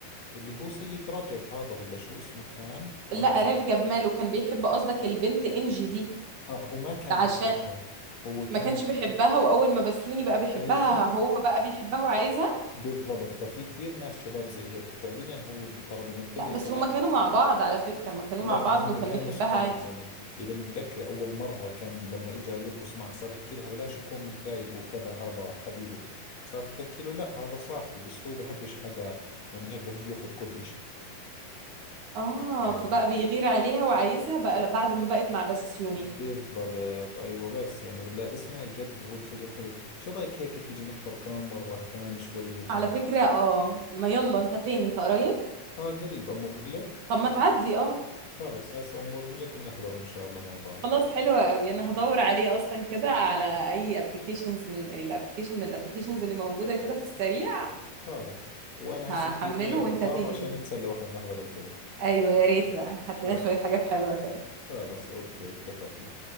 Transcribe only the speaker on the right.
لا راجب ماله كان بيحب قصدك البنت انجي دي
عشان
ما كانش بيحبها واول ما بسيوني بقى بيحبها
هو بقى بيحبها وعايزها
لا
بس
هما كانوا مع بعض على فكرة ما كانوا
مع بعض
وكان
بيحبها
عادي
اه
فبقى بيغير عليها وعايزها بقى بعد ما بقت مع بسيوني
على
فكرة
اه ما يلا انت فين انت قريب
طب ما تعدي اه
خلاص حلوة قوي انا هدور عليه اصلا كده على اي ابلكيشنز من الابلكيشن من الابلكيشنز اللي موجودة كده في السريع
هحمله
وانت تيجي
ايوه يا ريت بقى هات
لنا شوية حاجات حلوة كده